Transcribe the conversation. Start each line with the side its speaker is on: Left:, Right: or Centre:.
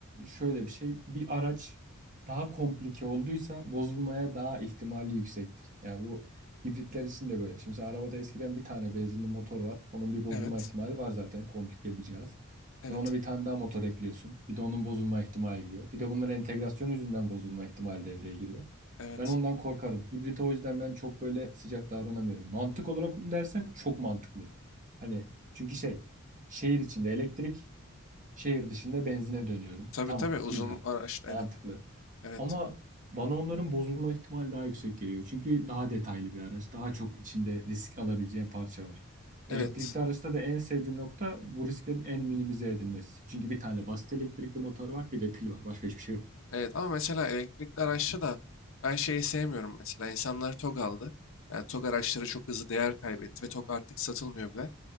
Right: şöyle bir şey, bir araç daha komplike olduysa bozulmaya daha ihtimali yüksektir. Yani bu hibritler için de böyle. Şimdi mesela arabada eskiden bir tane benzinli motor var. Onun bir bozulma
Left: Evet.
Right: ihtimali var zaten komplike bir cihaz. Sen
Left: Evet.
Right: ona bir tane daha motor ekliyorsun. Bir de onun bozulma ihtimali giriyor. Bir de bunların entegrasyon yüzünden bozulma ihtimali devreye giriyor.
Left: Evet.
Right: Ben ondan korkarım. Hibrite o yüzden ben çok böyle sıcak davranamıyorum. Mantık olarak mı dersen çok mantıklı. Hani çünkü şey Şehir içinde elektrik, şehir dışında benzine dönüyorum.
Left: Tabii
Right: Tamam,
Left: tabii uzun
Right: güzel,
Left: araç. Evet.
Right: mantıklı.
Left: Evet.
Right: Ama bana onların bozulma ihtimali daha yüksek geliyor. Çünkü daha detaylı bir araç, daha çok içinde risk alabileceğin parça var. Elektrikli
Left: Evet.
Right: araçta da en sevdiğim nokta bu risklerin en minimize edilmesi. Çünkü bir tane basit elektrikli motor var, bir de pil var. Başka hiçbir şey yok.
Left: Evet ama mesela elektrikli araçta da ben şeyi sevmiyorum mesela. İnsanlar TOG aldı. Yani TOG araçları çok hızlı değer kaybetti ve TOG artık satılmıyor bile.